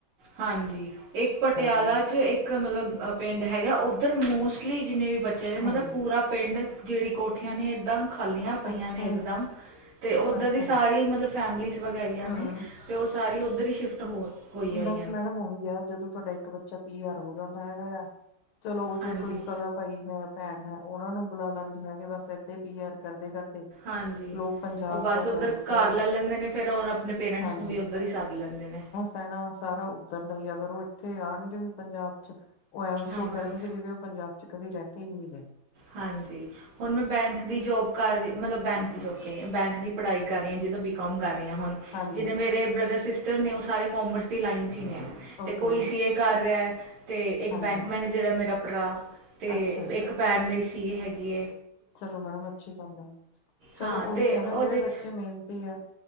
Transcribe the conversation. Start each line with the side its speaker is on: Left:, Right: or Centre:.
Right: ਹਾਂਜੀ ਇੱਕ ਪਟਿਆਲਾ
Left: ਗਿਆ
Right: ਚ ਇੱਕ ਇੱਕ ਮਤਲਬ ਪਿੰਡ ਹੈਗਾ ਉੱਧਰ ਮੋਸਟਲੀ ਜਿੰਨੇ ਵੀ ਬੱਚੇ ਨੇ ਮਤਲਬ
Left: ਹਾਂਜੀ
Right: ਪੂਰਾ ਪਿੰਡ ਜਿਹੜੀ ਕੋਠੀਆਂ ਨੇ ਇਏਦਾਂ ਖਾਲੀਆਂ ਪਈਆਂ
Left: ਅੱਛਾ
Right: ਨੇ ਇਕਦਮ ਤੇ ਉੱਧਰ
Left: ਅੱਛਾ
Right: ਦੀ ਸਾਰੀ
Left: ਜੀ
Right: ਮਤਲਬ ਫੈਮਲੀ ਵਗੈਰੀਆਂ
Left: ਹਮ
Right: ਨੇ ਤੇ ਉਹ ਸਾਰੀ ਉੱਧਰ ਹੀ ਸ਼ਿਫਟ ਹੋ ਹੋਈ ਹੋਈ
Left: ਬਸ ਮੈਡਮ ਉਹੀ ਆ ਜਦੋਂ ਤੁਹਾਡਾ ਇੱਕ ਬੱਚਾ ਪੀ ਆਰ ਹੋ ਜਾਂਦਾ ਹੈਗਾ ਆ ਚਲੋ ਉਹ
Right: ਹਾਂਜੀ।
Left: ਜੇ ਕੋਈ ਸਗਾ ਭਾਈ ਹੈ ਭੈਣ ਹੈ ਉਹਨਾ ਨੂੰ ਬੁਲਾ ਲੈਂਦੇ ਹੈ ਕਿ ਬਸ ਏਧੇ ਪੀ ਆਰ ਕਰਦੇ ਕਰਦੇ
Right: ਹਾਂਜੀ
Left: ਲੋਕ ਪੰਜਾਬ
Right: ਉਹ ਬਸ
Left: ਦਾ
Right: ਉੱਧਰ
Left: ਕਲਚਰ
Right: ਘਰ ਲੈ ਲੈਂਦੇ ਨੇ ਫੇਰ ਉਹ ਆਪਣੇ ਪੇਰੈਂਟਸ
Left: ਹਾਂਜੀ
Right: ਨੂੰ ਵੀ ਉੱਧਰ ਹੀ ਸੱਦ ਲੈਂਦੇ ਨੇ
Left: ਰਹਿਣਾ ਸਾਰਾ ਉੱਧਰ ਲਈ ਅਗਰ ਉਹ ਇੱਥੇ ਆਉਣਗੇ ਵੀ ਪੰਜਾਬ ਚ ਉਹ ਐਂ
Right: ਹਾਂਜੀ।
Left: ਸ਼ੋਅ ਕਰਨਗੇ ਜਿਵੇਂ ਉਹ ਪੰਜਾਬ ਚ ਕਦੇ ਰਹਿ ਕੇ ਹੀ ਨਹੀਂ ਰਹੇ
Right: ਹਾਂਜੀ ਹੁਣ ਮੈਂ ਬੈਂਕ ਦੀ ਜੋਬ ਘਰ ਮਤਲਬ ਬੈਂਕ ਦੀ ਜੋਬ ਕਰ ਰਹੀ ਹਾਂ ਬੈਂਕ ਦੀ ਪੜ੍ਹਾਈ ਕਰ ਰਹੀ ਹਾਂ ਜਿੱਦਾਂ ਬੀਕੋਮ ਰਹੀ ਹਾਂ ਹੁਣ
Left: ਹਾਂਜੀ
Right: ਜਿਨੇ ਮੇਰੇ ਬ੍ਰਦਰ ਸਿਸਟਰ ਨੇ ਉਹ ਸਾਰੇ ਕਾਮਰਸ ਦੀ ਲਾਈਨ ਚ ਹੀ ਨੇ ਤੇ
Left: ਓਕੇ
Right: ਕੋਈ ਸੀ ਕਰ ਰਿਹਾ ਹੈ ਤੇ ਇੱਕ
Left: ਹਾਂਜੀ
Right: ਬੈਂਕ ਮੈਨੇਜਰ ਹੈ ਮੇਰਾ ਭਰਾ ਤੇ
Left: ਅੱਛਾ ਜੀ
Right: ਇੱਕ ਭੈਣ ਮੇਰੀ ਸੀ ਏ ਹਗੀ
Left: ਚਲੋ ਮੈਡਮ ਅੱਛੀ ਗੱਲ ਹੈ ਚਲੋ
Right: ਹਾਂ ਅਤੇ
Left: ਉਹੀ ਹੈ ਨਾ
Right: ਉਹਦੇ
Left: ਜਿਹੜੇ ਬੱਚੇ
Right: 'ਚ
Left: ਮੇਹਨਤੀ ਹੈ